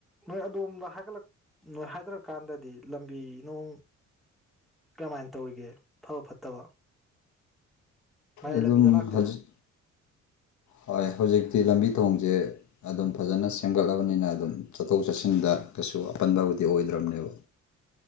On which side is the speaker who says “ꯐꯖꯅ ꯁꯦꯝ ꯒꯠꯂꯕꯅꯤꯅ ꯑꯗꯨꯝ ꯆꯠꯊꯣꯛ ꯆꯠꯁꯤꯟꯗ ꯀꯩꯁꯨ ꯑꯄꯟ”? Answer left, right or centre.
Left